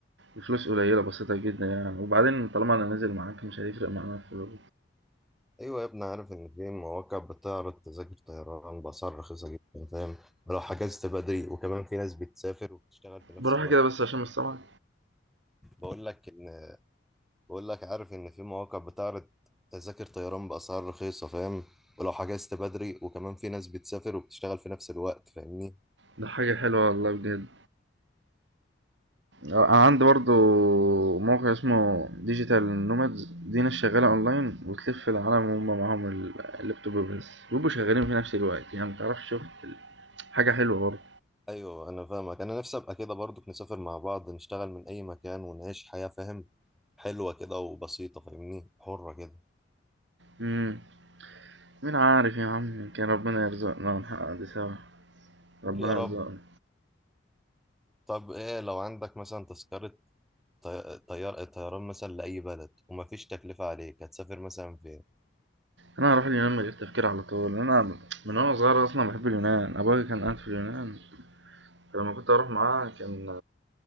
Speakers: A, on the right (about 75°); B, in the centre.
A: بفلوس قليلة بسيطة جدا يعني وبعدين طالما انا نازل معاك مش هيفرق معانا الفلوس
B: أيوة يا ابني عارف إن في مواقع بتعرض تذاكر طيران بأسعار رخيصة جدا فاهم لو حجزت بدري وكمان في ناس بتسافر وبتشتغل في نفس
A: بروح
B: الوقت
A: كده بس عشان مش سامعك
B: بقول لك ان بقول لك عارف ان في مواقع بتعرض تذاكر طيران باسعار رخيصه فاهم ولو حجزت بدري وكمان في ناس بتسافر وبتشتغل في نفس الوقت فاهمني
A: ده حاجة حلوة والله بجد آه، عندي برضو موقع اسمه ديجيتال نومادز دي ناس شغالة اونلاين وتلف العالم وهم معاهم ال- اللابتوب بس بيبقوا شغالين في نفس الوقت يعني متعرفش شوف حاجة حلوة برضه
B: ايوه انا فاهمك انا نفسي ابقى كده برضو نسافر مع بعض نشتغل من اي مكان ونعيش حياه فاهم حلوه كده وبسيطه فاهمني حره كده
A: مم. مين عارف يا عم يمكن ربنا يرزقنا ونحقق دي سوا
B: قول
A: ربنا
B: يا رب
A: يرزقنا
B: طب ايه لو عندك مثلا تذكره طي- طيار طيران مثلا لاي بلد ومفيش تكلفه عليك هتسافر مثلا فين
A: انا هروح اليونان من غير تفكير على طول انا من وانا صغير اصلا بحب اليونان ابويا كان قاعد في اليونان فلما كنت اروح معاه كان